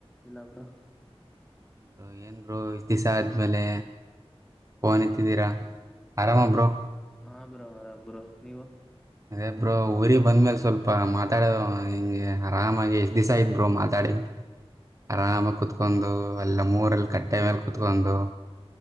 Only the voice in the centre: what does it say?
ಇಲ್ಲಾ ಬ್ರೋ.
ಹಾ ಬ್ರೋ ಆರಾಮ್ ಬ್ರೋ ನೀವು?